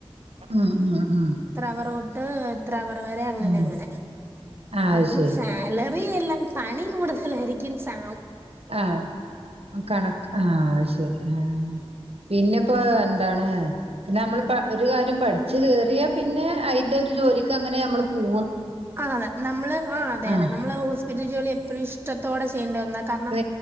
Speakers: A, on the right; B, on the right.
A: ഉം ഉം ഉം
B: അവറോട്ട് ഇത്രവറ് വരെ അങ്ങനെ
A: ഉം
B: അങ്ങനെ
A: ആഹ്
B: അപ്പം
A: അത് ശരി
B: സാലറി എല്ലാം പണി കൂടുത- <unintelligible> സാ
A: ആഹ കണക്ക് ആഹ അത് ശരി ആ പിന്നെപ്പോൊ എന്താണ് നമ്മൾ ഇപ്പൊ ഒരു കാര്യം പഠി <unintelligible> പി പിന്നെ അതിന്റെ ഒരു ജോലിക്ക് അങ്ങനെ നമ്മള് പോും
B: ആ അതെ നമ്മള് ആ അതെ
A: ആഹ്
B: അതെ നമ്മള് വീട്ടു ജോലി എപ്പോഴും ഇഷ്ടത്തോടെ ചെയ്യേണ്ട ഒന്നാ കാരണം
A: അത